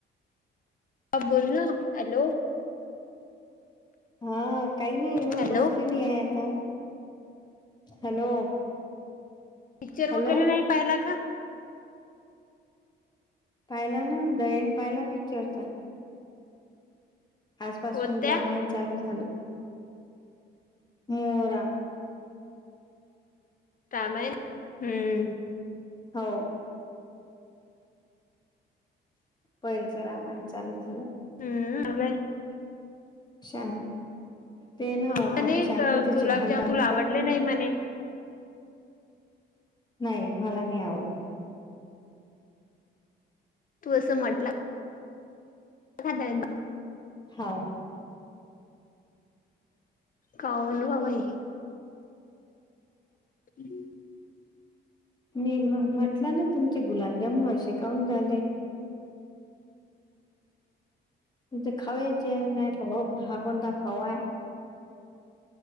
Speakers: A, on the left; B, on the left.
A: हा, बोल ना हॅलो
B: हा काही नाही
A: हॅलो.
B: बसलेली आहे आता हॅलो
A: पिक्चर
B: हॅलो
A: वगैरे नाही पाहिला का
B: पाहिला ना द एंड पाहिला पिक्चरचा आजपासून
A: कोणत्या
B: रामायण चालू झालं मोरा
A: त्यामुळे हम्म
B: हो पैलचं रामायण चालू झालं
A: हम्म आ
B: शाम ते ना
A: हो म्हणे
B: आता शांततेचे
A: गुलाबजाम
B: भाग दाखवतात
A: तुला आवडले
B: ना
A: नाही म्हणे.
B: नाही मला नाही आवडली
A: तू असं म्हटलं का आहे ना
B: हाव
A: काऊन वावाई हम्म
B: मी म्हटलं ना तुमचे गुलाबजामन असे काऊन झाले म्हज खावेचेे नाही म्हटलं हा कोणता खवाय